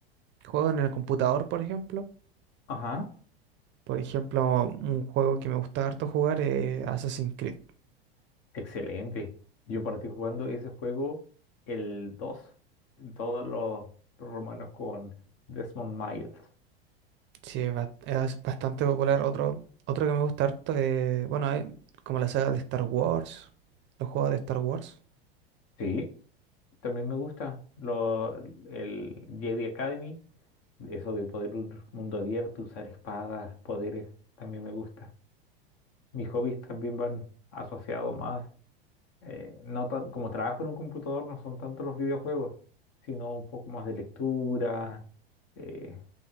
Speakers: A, on the right; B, on the left.
A: Juego en el computador, por ejemplo.
B: Ajá,
A: Por ejemplo, un juego que me gusta harto jugar es Assassin's Creed.
B: excelente. Yo partí jugando ese juego el 2, todos los romanos con Desmond Miles.
A: Sí, es, ba- es bastante popular. Otro, otro que me gusta harto es, bueno, hay como la saga de Star Wars, los juegos de Star Wars.
B: Sí, también me gusta lo, el Jedi Academy, eso de poder un mundo abierto, usar espadas, poderes, también me gusta. Mis hobbies también van asociados más eh, no tan- como trabajo en un computador no son tanto los videojuegos, sino un poco más de lectura, eh,